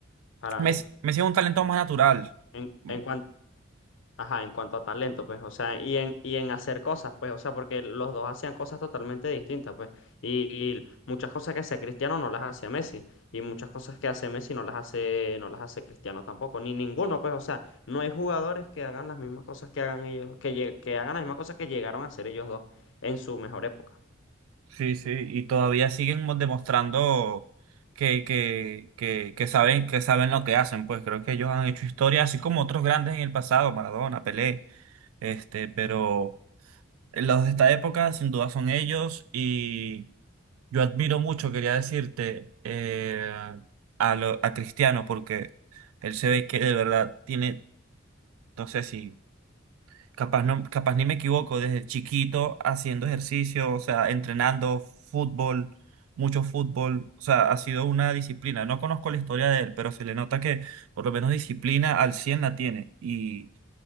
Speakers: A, on the left; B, on the right.
A: para
B: Messi,
A: mí.
B: Messi es un talento más natural.
A: En,
B: Mm,
A: en cuanto Ajá, en cuanto a talento, pues, o sea, y en, y en hacer cosas, pues, o sea, porque los dos hacían cosas totalmente distintas, pues, y, y muchas cosas que hacía Cristiano no las hacía Messi, y muchas cosas que hace Messi no las hace, no las hace Cristiano tampoco, ni ninguno, pues, o sea, no hay jugadores que hagan las mismas cosas que hagan ellos, que, lle- que hagan las mismas cosas que llegaron a hacer ellos dos en su mejor época.
B: Sí, sí. Y todavía siguen mo- demostrando que, que, que, que saben, que saben lo que hacen. Pues creo que ellos han hecho historia, así como otros grandes en el pasado, Maradona, Pelé. Este, pero los de esta época, sin duda, son ellos. y Yo admiro mucho, quería decirte, eh, a, lo- a Cristiano, porque él se ve que de verdad tiene, no sé si, capaz, no, capaz ni me equivoco, desde chiquito haciendo ejercicio, o sea, entrenando fútbol, mucho fútbol, o sea, ha sido una disciplina. No conozco la historia de él, pero se le nota que por lo menos disciplina al 100 la tiene y,